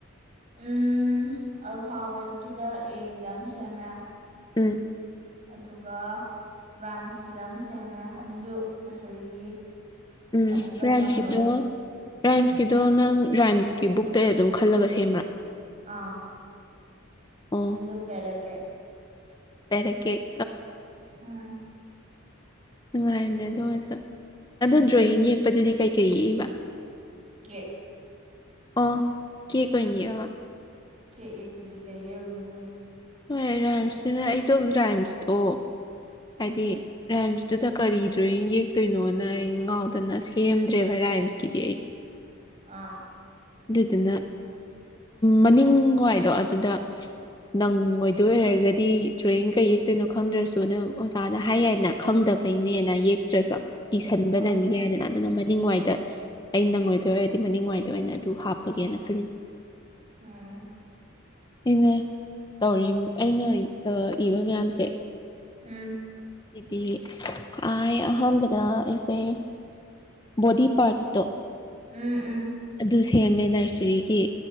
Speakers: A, on the right; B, on the left.
A: ꯎꯝ ꯑꯜꯐꯥꯕꯦꯠꯀꯤꯗ ꯑꯦꯒꯤꯗ ꯑꯃ ꯁꯦꯝꯃꯦ
B: ꯎꯝ
A: ꯑꯗꯨꯒ ꯔꯥꯏꯝꯁꯀꯤꯗ ꯑꯃ ꯁꯦꯝꯃꯦ ꯑꯗꯨꯁꯨ ꯅꯁꯔꯤꯒꯤ
B: ꯎꯝ
A: ꯑꯗꯨꯒ
B: ꯔꯥꯏꯝꯁꯀꯤꯗꯣ
A: ꯅꯝꯕꯔꯁ
B: ꯔꯥꯏꯝꯁꯀꯤꯗꯣ ꯅꯪ ꯔꯥꯏꯝꯁꯀꯤ ꯕꯨꯛꯇ ꯑꯗꯨꯝ ꯈꯜꯂꯒ ꯁꯦꯝꯕ꯭ꯔꯥ
A: ꯑꯥ
B: ꯑꯣ
A: ꯑꯗꯨꯁꯨꯄꯦꯗꯀꯦ
B: ꯄꯦꯔꯒꯦ
A: ꯑꯝ
B: ꯅꯨꯡꯉꯥꯏꯕꯅꯦ ꯑꯗꯨ ꯑꯣꯏꯁꯨ ꯑꯗꯣ
A: ꯎꯝ
B: ꯗ꯭ꯔꯣꯋꯤꯡ ꯌꯦꯛꯄꯗꯨꯗꯤ ꯀꯩꯀꯩ ꯌꯦꯛꯏꯕ
A: ꯀꯦ
B: ꯑ ꯀ ꯀꯅꯤꯕ
A: ꯀ ꯇꯗꯤ ꯀꯩ ꯌꯦꯗꯅ
B: ꯍꯣꯏ ꯔꯥꯏꯝꯁꯇꯅ ꯑꯩꯁꯨ ꯔꯥꯏꯝꯁꯇꯣ ꯍꯥꯏꯗꯤ ꯔꯦꯝꯁꯇꯨꯗ ꯀꯔꯤ ꯗ꯭ꯔꯣꯋꯤꯡ ꯌꯦꯛꯇꯣꯏꯅꯣꯅ ꯑꯩ ꯉꯥꯎꯗꯅ ꯁꯤ ꯀ ꯑꯦꯝ ꯗ꯭ꯔꯦꯚꯔ ꯔꯥꯏꯝꯁꯀꯤꯗꯤ ꯑꯩ
A: ꯑꯥ
B: ꯑꯗꯨꯗꯨꯅ ꯃꯅꯤꯡ ꯋꯥꯏꯗꯣ ꯑꯗꯨꯗ ꯅꯪ ꯑꯣꯏꯗꯣꯏ ꯑꯣꯏ ꯍꯥꯏꯔꯒꯗꯤ ꯗ꯭ꯔꯣꯌꯤꯡ ꯀꯩ ꯌꯦꯛꯇꯣꯏꯅꯣ ꯈꯪꯗ꯭ꯔꯁꯨ ꯅ ꯑꯣꯖꯥꯅ ꯍꯥꯏ ꯌꯥꯅ ꯈꯪꯗꯕꯩꯅꯦꯅ ꯌꯦꯛꯇ꯭ꯔꯁꯨ ꯏꯁꯁꯤꯟꯕ
A: ꯎꯝ
B: ꯅꯪꯅꯤ ꯌꯥꯏꯗꯅ ꯑꯗꯨꯅ ꯃꯅꯤꯡꯋꯥꯏꯗ ꯑꯩ ꯅꯪꯉꯏꯗꯣꯏ ꯑꯣꯏꯔꯗꯤ ꯃꯅꯤꯡ ꯋꯥꯏꯗꯣꯏ ꯑꯣꯏꯅ ꯑꯗꯨ ꯍꯥꯞꯄꯒꯦꯅ ꯈꯜꯂꯤ
A: ꯎꯝ
B: ꯑꯩꯅ ꯇꯧꯔꯤ ꯑꯩꯅ ꯏꯕ ꯃꯌꯥꯝꯁꯦ
A: ꯎꯝ
B: ꯁꯤꯗꯤ ꯈ꯭ꯥꯏ ꯑꯍꯥꯟꯕꯗ ꯑꯩꯁꯦ ꯕꯣꯗꯤ ꯄꯥꯔꯠꯁꯇꯣ
A: ꯎꯝ ꯎꯝ
B: ꯑꯗꯨ ꯁꯦꯝꯃꯦ ꯅꯔꯁꯔꯤꯒꯤ